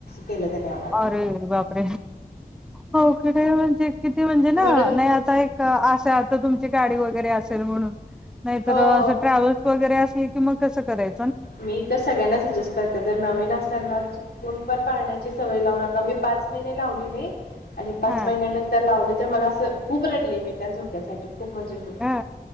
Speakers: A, on the left; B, in the centre.
A: केलं त्याने आम्हाला
B: रे बाप हो म्हणजे किती म्हणजे ना
A: म्हणून
B: नाही आता एक आशा आता तुमची गाडी वग. वगैरे असेल म्हणून नाहीतर
A: हो
B: असं ट्रॅव्हल्स वगैरे असले की मग कसं कराय
A: मी तर सगळ्यांना सजेस्ट करते. जर नवीन असाल ना चुकून पण पाळण्याची सवय लावू नका मी पाच महिने लावली नाही. आणि पाच
B: हा
A: महिन्यानंतर लावले तर मला असं खूप रडली मी त्या झोक्यासाठी खूप म्हणजे खूप.
B: हा